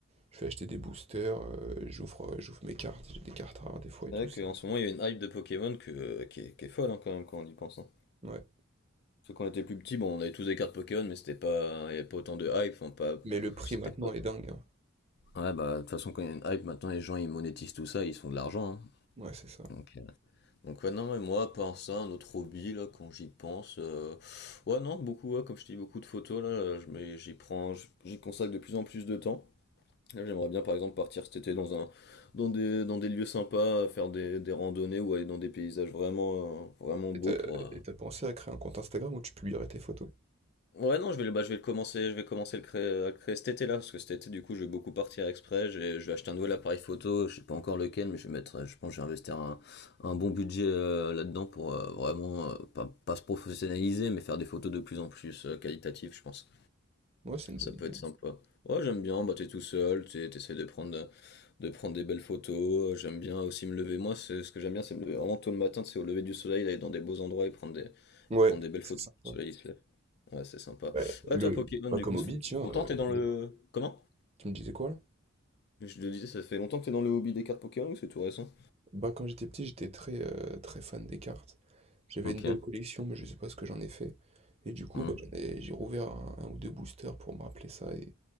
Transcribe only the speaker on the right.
je vais acheter des boosters, euh, j'ouvre, euh, j'ouvre mes cartes, j'ai des cartes rares des fois
et tout.
c'est-
Ouais.
Mais le prix
maintenant
est dingue, hein.
Ouais, c'est ça.
Et
t'as
et t'as pensé à créer un compte Instagram où tu publierais tes photos?
Ouais, c'est une bonne
idée.
hein. Ouais,
c'est
sympa.
Ouais,
le,
bah,
comme
hobby,
tiens,
euh,
le-
oui,
tu me disais quoi là?
Bah, quand j'étais petit, j'étais très, euh, très fan des cartes. J'avais
une belle collection, mais je sais pas ce que j'en ai fait. Et du coup,
bah, j'en ai- j'ai rouvert un, un ou deux boosters pour me rappeler ça et